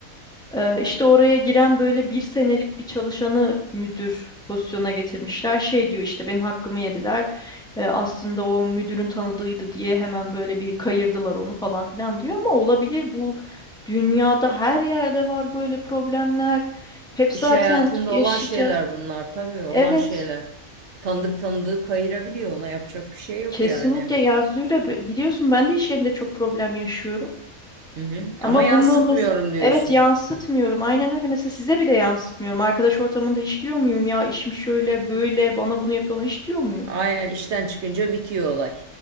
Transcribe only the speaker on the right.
İş hayatında
olan şeyler bunlar tabii olan
şeyler. Tanıdık tanıdığı kayırabiliyor ona yapacak bir şey yok
yani.
Hı hı.
Ama yansıtmıyorum
diyorsun.
Aynen işten çıkınca bitiyor olay.